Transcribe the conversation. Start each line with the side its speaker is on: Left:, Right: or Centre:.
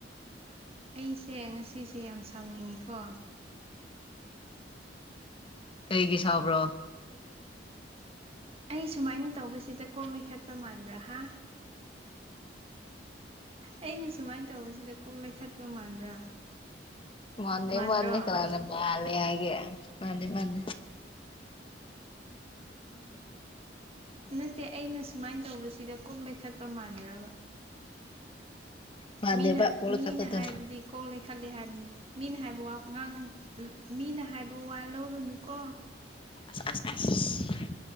Right: ꯑꯩꯁꯦ ꯉꯁꯤꯁꯦ ꯌꯥꯝ ꯁꯥꯎꯅꯤꯡꯉꯤꯀꯣ
Left: ꯀꯩꯒꯤ ꯁꯥꯎꯕ꯭ꯔꯣ
Right: ꯑꯩ ꯁꯨꯃꯥꯏꯅ ꯇꯧꯕꯁꯤꯗ ꯀꯣꯛ ꯂꯩꯈꯠꯄ ꯃꯥꯟꯕ꯭ꯔꯥꯍ ꯑꯩꯅ ꯁꯨꯃꯥꯏꯅ ꯇꯧꯕꯁꯤꯗ ꯀꯣꯛ ꯂꯩꯈꯠꯄ ꯃꯥꯟꯕ꯭ꯔꯥ
Left: ꯃꯅꯦ
Right: ꯃꯥꯟꯗ꯭ꯔꯣ
Left: ꯃꯅꯦ ꯀꯅꯥꯅ ꯃꯥꯂ ꯍꯥꯏ ꯒꯦ ꯃꯅꯦ ꯃꯅꯦ
Right: ꯅꯠꯇꯦ ꯑꯩꯅ ꯁꯨꯃꯥꯏꯅ ꯇꯧꯕꯁꯤꯗ ꯀꯣꯛ ꯂꯩꯈꯠꯄ ꯃꯥꯟꯕ꯭ꯔꯥꯕ
Left: ꯃꯥꯟꯗꯦꯕ
Right: ꯃꯤꯅ
Left: ꯀꯣꯜꯀꯇꯥꯗꯣ
Right: ꯃꯤꯅ ꯍꯥꯏꯕꯗꯤ ꯀꯣꯛ ꯂꯩꯈꯠꯂꯦ ꯍꯥꯏꯕꯅꯤ ꯃꯤꯅ ꯍꯥꯏꯕ ꯋꯥ ꯉꯥꯡ ꯃꯤꯅ ꯍꯥꯏꯕ ꯋꯥ ꯂꯧꯔꯨꯅꯨꯀꯣ
Left: ꯑꯁ ꯑꯁ ꯑꯁ